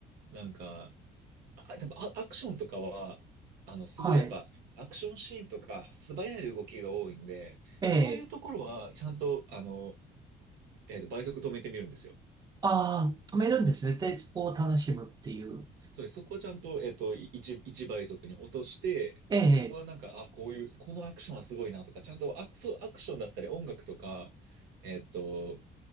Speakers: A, on the right; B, on the right.
A: なんか、あ、でもア、アクションとかは、あの、すごいやっぱ、
B: はい、
A: アクションシーンとか、素早い動きが多いんで、
B: え、
A: そういうところは、ちゃんと、あの、えっと、倍速止めてみるんですよ。
B: ああ、止めるんですね。で、スポーを楽しむっていう。
A: それ、そこをちゃんと、えっと、1、一一倍速に落として、
B: ええ、
A: そこはなんか、あ、こういう、このアクションはすごいなとか、ちゃんとアク、そうアクションだったり、音楽とか、えっと、